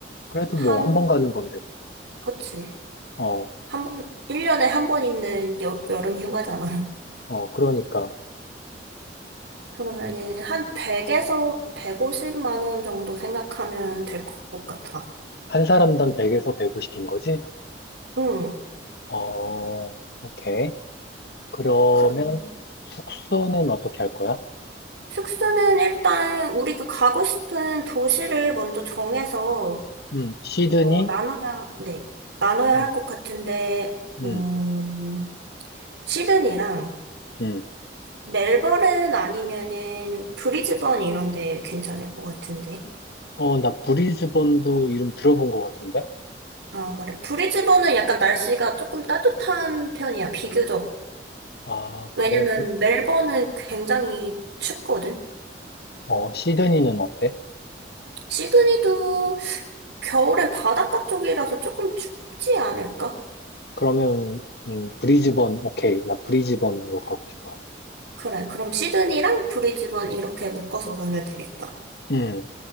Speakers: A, on the left; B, on the right.
A: 그래도
B: 한,
A: 뭐 한 번 가는 건데, 뭐.
B: 그치.
A: 어,
B: 한 번, 1년에 한 번 있는 여, 여름 휴가잖아. <laughs>
A: 어, 그러니까.
B: 그러면은 한 100에서 150만 원 정도 생각하면 될 것 같아.
A: 한 사람당 100에서 150인 거지?
B: 응.
A: 어, 오케이. 그러면
B: 그럼.
A: 숙소는 어떻게 할 거야?
B: 숙소는 일단 우리가 가고 싶은 도시를 먼저 정해서,
A: 음, 시드니?
B: 어, 나눠야, 네, 나눠야
A: 음,
B: 할 것 같은데,
A: 음,
B: 음, 시드니랑
A: 음.
B: 멜버른 아니면은 브리즈번 이런 데 괜찮을 것 같은데.
A: 어, 나 브리즈번도 이름 들어본 것 같은데?
B: 아, 그래. 브리즈번은 약간 날씨가 조금 따뜻한 편이야, 비교적.
A: 아,
B: 왜냐면
A: 그래. 겨-
B: 멜버른 굉장히 춥거든.
A: 어, 시드니는 어때?
B: 시드니도 겨울엔 바닷가 쪽이라서 조금 춥지 않을까?
A: 그러면, 음, 브리즈번, 오케이. 나 브리즈번으로 가고 싶어.
B: 그래. 그럼 시드니랑 브리즈번 이렇게 묶어서 가면 되겠다.
A: 음.